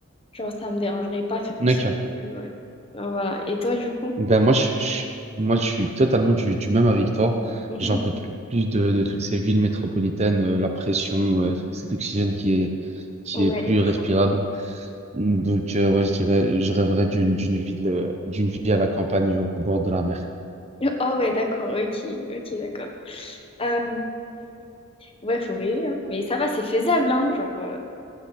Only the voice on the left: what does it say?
Genre, ça me dérangerait pas faire une
petite. euh, Ouais. Voilà. Et toi, du coup?
Mhm.
Ouais,
et toi?
Oh ouais, d'accord, ok, ok, d'accord. Euh, ouais, faut rêver, hein. Mais ça va, c'est faisable, hein, genre... euh,